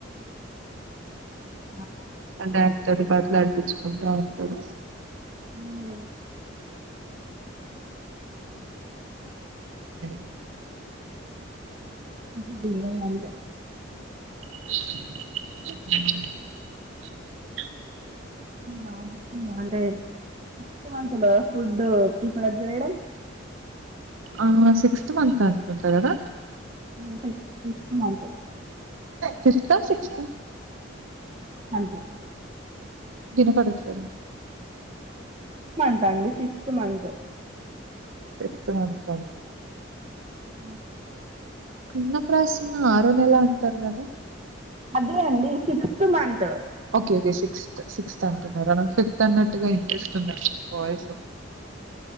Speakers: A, on the right (about 30°); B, on the right (about 85°).
A: అ
B: ఆ డాక్టర్ నీ బ్రతిమిలాడి పిచ్చుకుంట ఉంటది
A: సిక్స్త్
B: <inaudible>
A: <unintelligible> అంతే
B: అ
A: మీ బాబు వంట <unintelligible> ఫుడ్ ప్రిపేర్ చేయడం
B: ఆ సిక్స్త్ మంత్ అనుకుంటా కదా
A: you see sixth month
B: fifth sixth
A: అంతే
B: వినపడట్లేదు
A: సిక్స్త్ మంత్ అండి సిక్స్త్ మంత్
B: సిక్స్త్ మంత్
A: హ
B: అన్నప్రాసన ఆరో నెల అంటారు కదా
A: అదే అండి sixth month
B: okay okay sixth sixth అంటున్నార నాకు ఫిఫ్త్ అన్నట్ టుగా ఇనిపిస్తుంది వాయిస్